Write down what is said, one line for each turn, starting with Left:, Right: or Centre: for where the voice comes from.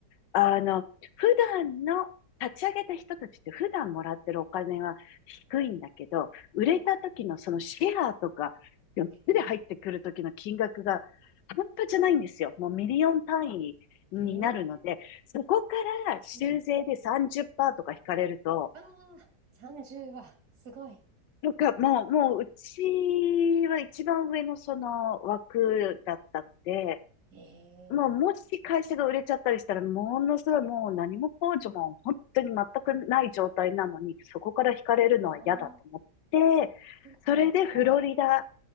Left: あの、普段の立ち上げた人たちって普段もらってるお金は低いんだけど、売れた時のそのシェアとか、
Right: はい。
Left: 4つで入ってくる時の金額が半端じゃないんですよ。
Right: ええ
Left: もうミリオン単位になるので、
Right: ええ
Left: そこから修税で30%
Right: はい。
Left: とか引かれると、
Right: ああ、30は、すごい。
Left: なんかもう、もううちは一番上のその枠だったんで、
Right: ええ
Left: もうもし会社が売れちゃったりしたら、ものすごいもう何も控除も本当に全くない状態なのに、そこから引かれるのは嫌だと思って、
Right: ああー、そうか。
Left: それでフロリダ、
Right: はい。